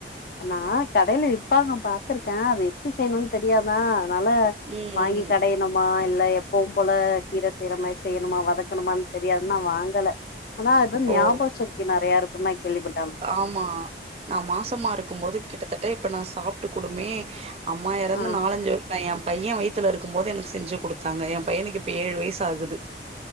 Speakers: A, on the left (about 55°); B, on the right (about 35°).
A: நா கடைல விப்பாங்க பாத்திருக்கே அது எப்டி செய்யணுன்னு தெரியாதா அதனால
B: ம்
A: வாங்கி
B: ம்
A: கடைய னமா இல்ல எப்பவு போல கீர செய்ற மாரி செய்யணுமா வதக்கணுமானு தெரியாது நா வாங்கல ஆனா ஏதோ ஞாபக
B: ஓ
A: சக்தி நெறைய இருக்குனு நா கேள்விப்பட்
B: ஆமா நா மாசமா இருக்கும்போது கிட்டத்தட்ட இப்ப நா சாப்ட்டு கூடுமே அம்மா எறந்து
A: ஆ
B: நாலஞ்சு இப்ப ஏ பையே வயித்துல இருக்கும் போது எனக்கு செஞ்சி குடுத்தாங்க ஏ பையனுக்கு இப்ப ஏழு வயசு ஆகுது